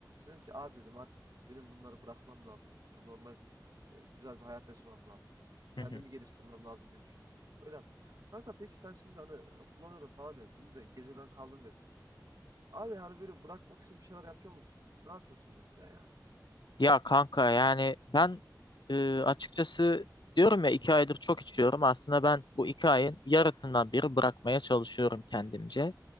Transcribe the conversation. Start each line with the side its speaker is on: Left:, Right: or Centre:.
Right: Dedim ki abi dedim artık benim bunları bırakmam lazım. Yani normal e, güzel bir hayat yaşamam lazım.
Left: Hı
Right: Kendimi
Left: hı.
Right: geliştirmem lazım diye düşündüm. Öyle yaptım. Kanka peki sen şimdi hani e, kullanıyorum falan dedin. Dün de geceden kaldım dedin. Abi hani böyle bırakmak için bir şeyler yapıyor musun? Ne yapıyorsun mesela yani?
Left: Ya kanka yani ben e, açıkçası diyorum ya iki aydır çok içiyorum. Aslında ben bu iki ayın yarısından biri bırakmaya çalışıyorum kendimce.